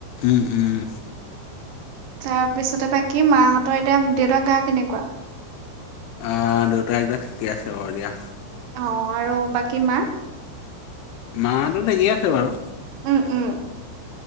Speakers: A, on the left; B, on the right.
A: উম-উম।
B: তাৰপিছতে বাকী মাহঁতৰ এতিয়া দেউতাক গা কেনেকুৱা?
A: অ' দেউটাই যে ঠিকে আছে বাৰু দিয়া।
B: অ আৰু বাকী মা
A: মাতো থিকেইে আছে বাৰু,
B: উম, উম।